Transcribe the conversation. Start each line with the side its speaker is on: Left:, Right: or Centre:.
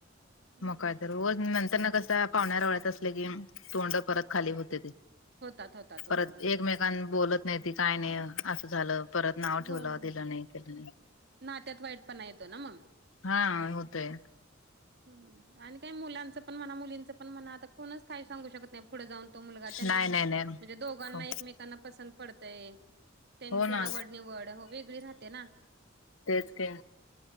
Right: हम्म
Left: म काय तर उगच नंतर ना कस पाहुण्यारावळ्यात असल की तोंड परत खाली होत्याती
Right: होतात होतात
Left: परत
Right: हो
Left: एकमेकां बोलत नाही ती काय नाही असं झालं परत नाव
Right: हो
Left: ठेवलं दिलं नाही केलं नाही
Right: नात्यात वाईट पणा येतोय ना म
Left: हा होतय
Right: हम् आणि काही मुलांचं पण म्हणा मुलींच पण म्हणा आता कोणच काही सांगू शकत नाही पुढे जाऊन तो मुलगा त्यांना
Left: नाही
Right: म्हणजे
Left: नाही नाही
Right: दोघांना
Left: हो
Right: एकमेकांना पसंत पडतय त्यांची
Left: हो ना
Right: आवड निवड हो वेगळी राहते ना
Left: तेच की